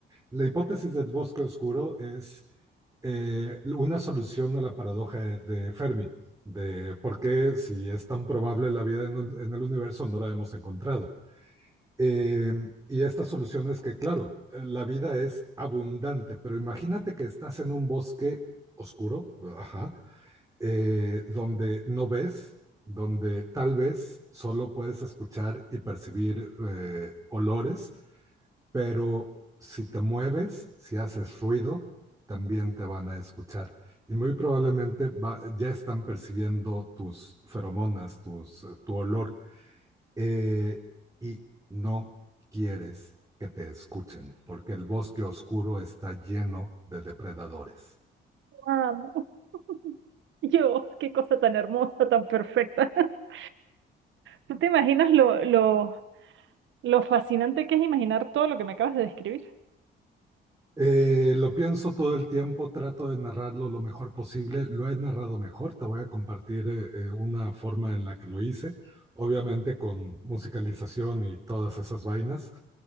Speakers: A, on the right; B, on the right.
A: La hipótesis del bosque oscuro es eh, una solución a la paradoja de, de Fermi, de por qué si es tan probable la vida en, un- en el universo no la hemos encontrado. Eh, y esta solución es que, claro, eh, la vida es abundante, pero imagínate que estás en un bosque oscuro, ajá, eh, donde no ves, donde tal vez solo puedes escuchar y percibir eh, olores pero si te mueves, si haces ruido, también te van a escuchar. Y muy probablemente va- ya están percibiendo tus feromonas, tus, eh, tu olor. Eh, y no quieres que te escuchen, porque el bosque oscuro está lleno de depredadores.
B: Amo. <laughs> Yo, qué cosa tan hermosa, tan perfecta. <laughs> ¿Tú te imaginas lo, lo, lo fascinante que es imaginar todo lo que me acabas de describir?
A: Eh, lo pienso todo el tiempo, trato de narrarlo lo mejor posible. Lo he narrado mejor, te voy a compartir eh, eh, una forma en la que lo hice, obviamente con musicalización y todas esas vainas.